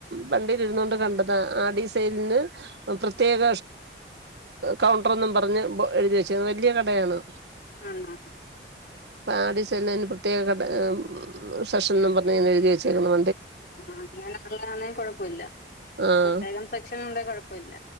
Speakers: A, on the right; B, on the left.
A: വണ്ടിൽ ഇരുന്നോണ്ട് കണ്ടതാ ആഡിസൈലിന്ന് പ്രത്യേക കൗണ്ടറൊന്നും പറഞ്ഞ് എഴുതി വെച്ചേക്ക്‌ന്ന് വലിയ കടയാണ്
B: ആഹ ആ
A: ആഡിസൈൽ പ്രത്യേക കട സെഷൻ പറഞ് എഴുതി വെച്ചേക്കന്ന്
B: ആ അങ്ങനെ ഉള്ളതാണേ കൊഴപ്പമില്ല
A: ആഹ്
B: പ്രത്യേകം സെക്ഷന ഉണ്ടെ കുഴപ്പില്ല